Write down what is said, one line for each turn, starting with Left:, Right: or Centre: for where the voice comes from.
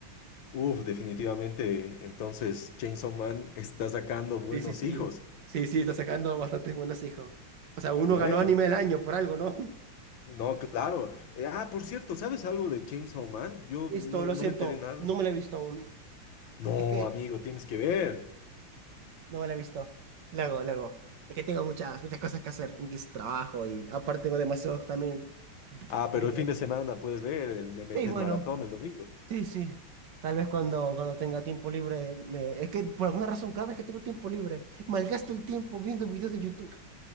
Left: Uf, definitivamente. Entonces, Chainsaw Man está sacando buenos
Right: Sí, sí, sí.
Left: hijos.
Right: Sí, sí, está sacando bastantes buenos hijos. O sea, uno
Left: Bueno,
Right: ganó anime del año por algo, ¿no?
Left: no, claro. Eh, ah, por cierto, ¿sabes algo de Chainsaw Man? Yo
Right: Listo,
Left: no,
Right: lo
Left: no
Right: siento,
Left: me enteré nada.
Right: no me la he visto aún.
Left: No,
Right: Es que
Left: amigo, tienes que ver.
Right: no me la he visto. Luego, luego. Es que tengo muchas, muchas cosas que hacer, que es trabajo y aparte tengo demasiados también.
Left: Ah,
Right: juegos.
Left: pero el fin de semana puedes ver, el- le metes
Right: Y bueno,
Left: maratón el domingo.
Right: sí, sí. Tal vez cuando, cuando tenga tiempo libre, me... es que por alguna razón cada vez que tengo tiempo libre, malgasto el tiempo viendo videos de YouTube.